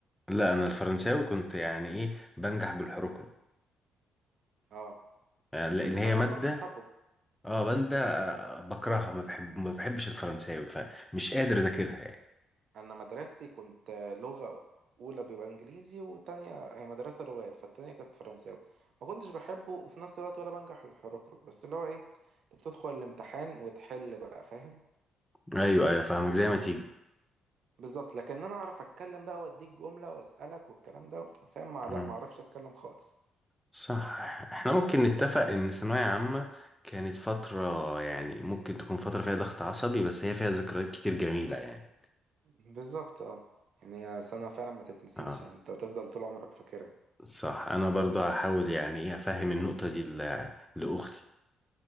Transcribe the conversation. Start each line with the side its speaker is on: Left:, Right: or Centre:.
Centre: لا انا الفرنساوي كنت يعني ايه بنجح بالحركرك
Right: اه
Centre: يعني لان
Right: بس انت
Centre: هي
Right: اصلا
Centre: مادة
Right: ما كنتش حابه
Centre: اه باندا آه، بكرهها ما بحب ما بحبش الفرنساوي فمش قادر اذاكرها يعني
Right: انا مدرستي كنت آه، لغة اولى بيبقى انجليزي وتانية هي مدرسة لغات فالتانية كانت فرنساوي ما كنتش بحبه وفي نفس الوقت ولا بنجح الحركرك بس اللي هو ايه انت بتدخل الامتحان وتحل بقى فاهم
Centre: ايوه ايوه فاهمك زي ما تيجي
Right: بالظبط لكن انا اعرف اتكلم بقى واديك جملة واسألك والكلام ده فاهم مع- لا
Centre: مم.
Right: ما اعرفش اتكلم خالص
Centre: صح احنا ممكن نتفق ان الثانوية عامة كانت فترة يعني ممكن تكون فترة فيها ضغط عصبي بس هي فيها ذكريات كتير جميلة يعني
Right: بالظبط اه يعني سنة فعلا ما تتنسيش
Centre: اه
Right: يعني انت تفضل طول عمرك فاكرها
Centre: صح انا برضو هحاول يعني ايه افهم النقطة دي ل- لاختي